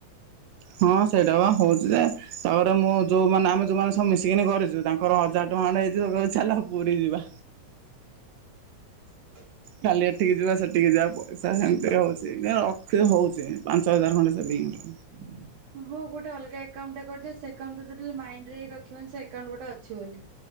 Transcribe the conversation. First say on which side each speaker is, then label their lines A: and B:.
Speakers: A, on the right; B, on the right.
A: ହଁ ସେଇଟା ବା ହଉଛି ଯେ ତାପରେ ମୁଁ ଯୋଉମାନେ ଆମେ ଯୋଉମାନେ ସବୁ ମିଶିକିନି କରିଛୁ ତାଙ୍କର ହଜାର ଫଣ୍ଡ ହେଇଯିବ ଚାଲ ପୁରୀ ଯିବା।
B: <inaudible>
A: ଖାଲି ଏଠିକି ଯିବା ସେଠିକି ଯାପ। ପଇସା ସେମିତି ହେଉଛି ରଖି ହେଉଛି ପାଞ୍ଚ ହଜାର ଖଣ୍ଡେ ସେଭିଙ୍ଗ।
B: ହୁଁ <unintelligible> ହଉ ଗୋଟେ ଅଲଗା ଏକକାଉଣ୍ଟ ଟା କରିଦ ସେଣ୍ଟ ମରେ ରଖିବନ ସେକାଉଣ୍ଟ ଗୋଟେ ଅଛି ବୋଲି।